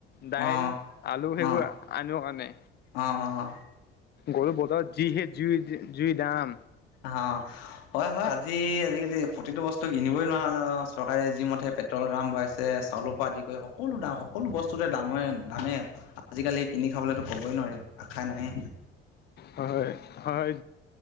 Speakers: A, on the left (about 35°); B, on the left (about 70°).
A: দাইল,
B: অঁ
A: আলু, সেইবোৰ
B: অঁ
A: আনিব কাৰণে
B: অঁ অঁ
A: গলো বজাৰ যিহে জুই জুই দাম
B: অ', হয়, হয়, আজি আজিকালি প্ৰতিটো বস্তু কিনিবই নোৱাৰো চৰকাৰে যিমতে পেট্ৰল দাম বঢা়ইছে চাউলৰ পৰা আদি কৰি সকলো বস্তুৰে দামে আজিকালি কিনি খাবলৈতো ক'বই নোৱাৰি <unintelligible> নাই
A: হয়, হয়, হয়,